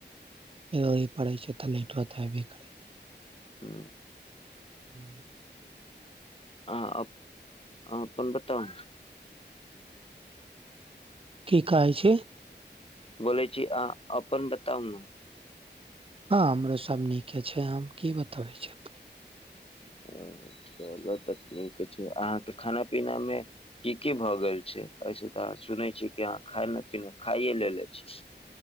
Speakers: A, on the right; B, on the left.
A: जररी पड़ैत छै तऽ लट तऽ हयबे करै छै।
B: हँ।
A: हू।
B: आहा अपन बताऊ।
A: की कहै छै।
B: बोलै छी आ अपन बताउ न।
A: हँ हमरो सब नीके छै हम की बताबै छी अपने के
B: ह चलो तऽ ठीक छै अहाँके खाना पीनामे की की भऽ गेल छै ऐसे तऽ अह सुनै छिय कि अहाँ खाना पीना खाइए लेलने छी।